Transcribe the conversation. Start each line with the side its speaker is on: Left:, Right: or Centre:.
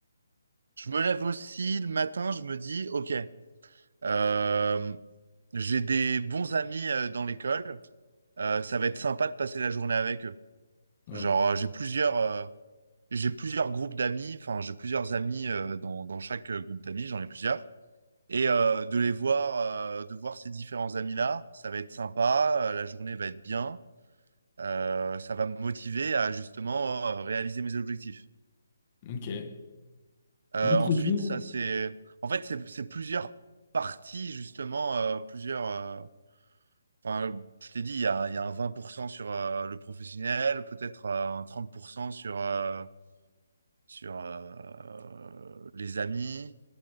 Right: Je me lève aussi le matin, je me dis, OK, euh, j'ai des bons amis euh, dans l'école, euh, ça va être sympa de passer la journée avec eux.
Left: Ouais,
Right: Genre, euh, j'ai plusieurs, euh, j'ai plusieurs groupes d'amis, enfin, j'ai plusieurs amis euh, dans, dans chaque euh, groupe d'amis, j'en ai plusieurs. Et euh, de les voir, euh, de voir ces différents amis-là, ça va être sympa, euh, la journée va être bien, euh, ça va me motiver à justement euh, réaliser mes objectifs.
Left: ok.
Right: Euh,
Left: Moi, je
Right: ensuite,
Left: t'avoue.
Right: ça c'est, en fait, c'est c'est plusieurs parties justement, euh, plusieurs. euh, Enfin, je t'ai dit, il y a, il y a un 20% sur euh, le professionnel, peut-être euh, un 30% sur euh, sur euh, les amis,